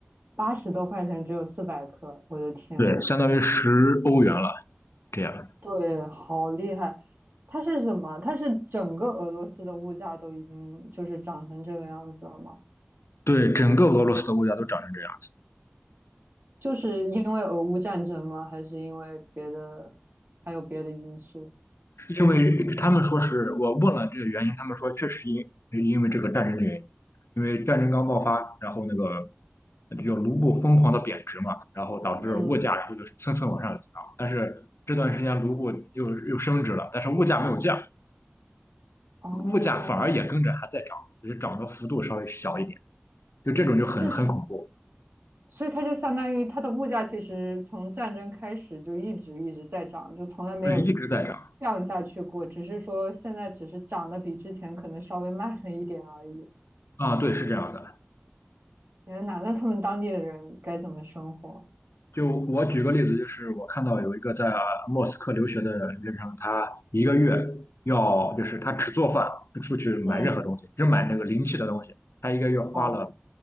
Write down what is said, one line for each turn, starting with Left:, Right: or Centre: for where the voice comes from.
Right: 八十多块钱只有四百克，我的天呐，
Left: 对，相当于十欧元了。这样，
Right: 对，好厉害！它是什么？它是整个俄罗斯的物价都已经就是涨成这个样子了吗？
Left: 对，整个俄罗斯的物价都涨成这样。
Right: 就是因为俄乌战争吗？还是因为别的，还有别的因素？
Left: 因为他们说是我问了这个原因，他们说确实因因为这个战争的原因，因为战争刚爆发，然后那个就卢布疯狂的贬值嘛，然后导致物价然后就蹭蹭往上涨，
Right: 嗯，
Left: 但是这段时间卢布又又升值了，但是物价没有降，
Right: 哦，
Left: 物价反而也跟着还在涨，只是涨的幅度稍微小一点，就这种就很很恐怖，
Right: 这是。所以它就相当于它的物价其实从战争开始就一直一直在涨，就从来没有
Left: 对，一直在涨
Right: 降下去过，只是说现在只是涨得比之前可能稍微慢了一点而已。
Left: 啊，对，是这样的。
Right: 天呐，那他们当地的人该怎么生活？
Left: 就我举个例子，就是我看到有一个在莫斯科留学的留学生，他一个月要就是他只做饭，不出去买任何东西，
Right: 嗯，
Left: 只买那个临期的东西，他一个月花了
Right: 哦，